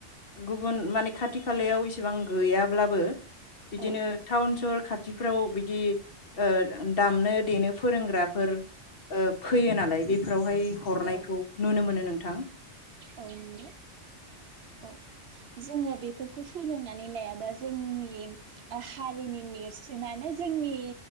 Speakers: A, on the left; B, on the right.
A: गुबुन माने खाथि खालायाव इसिबां गैयाब्लाबो बिदिनो
B: औ
A: टाउन सहर खाथिफ्राव बिदि ओ‌ दामनो देनो फोरोंग्राफोर ओ फैयो नालाय बेफोरावहाय हरनायखौ
B: औ
A: नुनो मोनो नों थां
B: औ नांगौ औ जोंङो बेफोरखौ फोरोंनानै लायाबा जोंनि हारिनि नेरसोनानो जोंनि